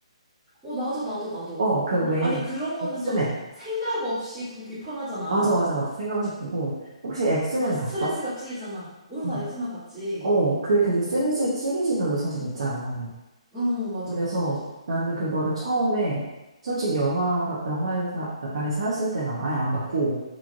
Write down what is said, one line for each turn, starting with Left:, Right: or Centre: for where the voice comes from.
Centre: 어, 나도, 나도, 나도.
Right: 어, 그 왜,
Centre: 아니, 그런 거는
Right: 엑스맨.
Centre: 좀 생각 없이 보기 편하잖아.
Right: 맞아, 맞아, 맞아. 생각하싶고 혹시 엑스맨
Centre: 막 스트레스가
Right: 봤어?
Centre: 풀리잖아. 오, 나
Right: 응.
Centre: 엑스맨 봤지.
Right: 어, 그게 그게 시리즈, 시리즈별로 사실 있잖아.
Centre: 응, 맞아,
Right: 그래서
Centre: 맞아, 맞아.
Right: 나는 그거를 처음에, 솔직히 영화가, 영화에서, 안에서 했을 때는 아예 안 봤고,